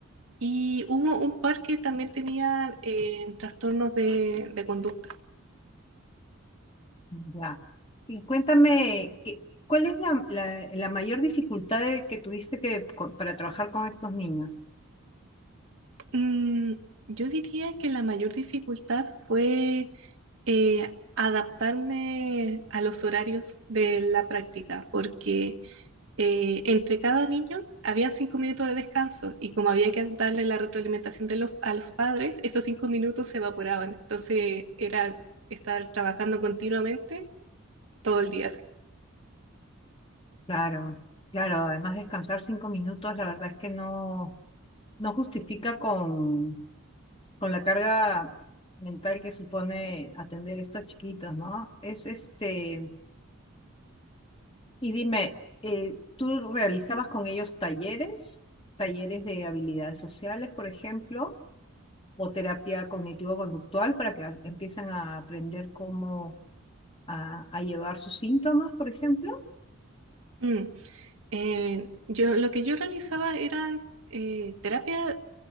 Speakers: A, on the right; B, on the left.
A: Y hubo un par que también tenían eh, trastornos de, de conducta.
B: Ya. Y cuéntame, ¿qué- ¿cuál es la, la- la mayor dificultad de- que tuviste que, co- para trabajar con estos niños?
A: Mm, yo diría que la mayor dificultad fue eh, adaptarme a los horarios de la práctica, porque eh, entre cada niño había cinco minutos de descanso y como había que darle la retroalimentación de los, a los padres, esos cinco minutos se evaporaban. Entonces era estar trabajando continuamente todo el día así.
B: Claro, claro, además descansar cinco minutos, la verdad es que no, no justifica con, con la carga mental que supone atender estos chiquitos, ¿no? Es este, y dime, eh, ¿tú realizabas con ellos talleres? ¿Talleres de habilidades sociales, por ejemplo? o terapia cognitivo-conductual para que a- empiecen a aprender cómo a, a llevar sus síntomas, por ejemplo.
A: Mm. Eh, yo, lo que yo realizaba eran eh, terapia,